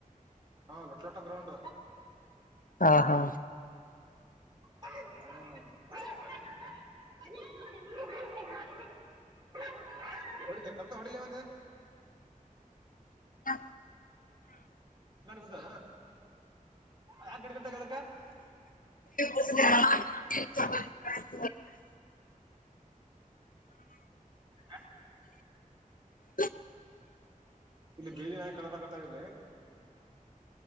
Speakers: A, on the right (about 30°); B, on the left (about 70°).
A: ಹಾ ಲೊಟ್ಟ ಲೊಟ್ಟ ಗ್ರೌಂಡ್
B: ಹಾ ಹಾ
A: ಹ್ಮ್ <unintelligible> ಹೊಡಿಲ ಕಲ್ ಹೊಡಿಲ ಒಂದು
B: ಹ
A: ುದ ಯಾಕ ಗಡಕತಾರೆ ಅದಕ್ಕ
B: ಹ
A: ಕ
B: ಹ
A: ಇಲ್ಲಿ ಬೇದಿನ ಕಳಬೇಕತಾವ ಇಲ್ಲಿ